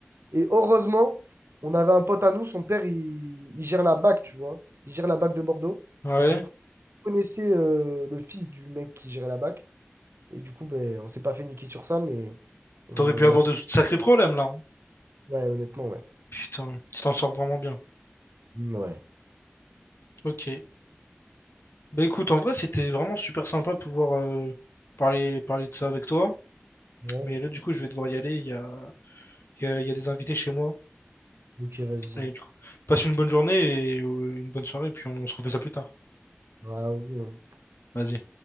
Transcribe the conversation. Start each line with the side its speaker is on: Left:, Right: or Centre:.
Right: Et heureusement, on avait un pote à nous, son père, il, il gère la BAC, tu vois. Il gère la BAC de Bordeaux.
Left: Ouais.
Right: Et du coup, connaissait euh, le fils du mec qui gérait la BAC. Et du coup, ben, on s'est pas fait niquer sur ça, mais on
Left: T'aurais pu avoir
Right: a.
Left: de sacrés problèmes, là. hein.
Right: Ouais, honnêtement, ouais.
Left: Putain, tu t'en sors vraiment bien.
Right: Ouais.
Left: Ok. Bah, écoute, en vrai, c'était vraiment super sympa de pouvoir euh, parler, parler de ça avec toi.
Right: Ouais.
Left: Mais là, du coup, je vais devoir y aller. Il y a, il y a il y a des invités chez moi.
Right: Ok, vas-y.
Left: Et
Right: Ouais,
Left: du coup, passe une bonne journée et euh, une bonne soirée, puis on se refait ça plus tard.
Right: vas-y.
Left: Vas-y.